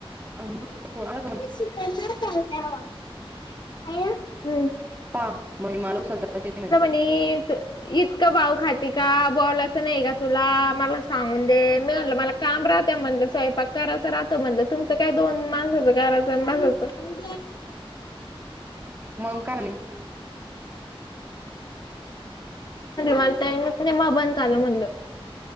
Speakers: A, on the right; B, on the left.
A: अुोला
B: श चाल त्या हवााम्
A: पाहा महि मलू सतचे महि
B: आणि इतकं भाऊ खाती का बोलायचं नाही का तुला मला सांगून दे मी म्हलं मला काम राहतें म्हणलं स्वयंपाक कराचं राहतं म्हणलं तुमचं काय दोन माणसाचं घराचं आणि मासाचं म्हणजे
A: मंकावणे
B: वालताय ना े म बंद झालं म्हटलं